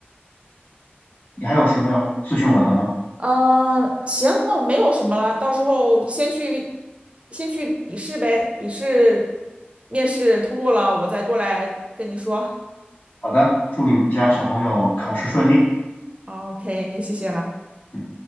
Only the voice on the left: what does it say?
你还有什么要咨询我的吗？
好的，祝你们家小朋友考试顺利。
嗯。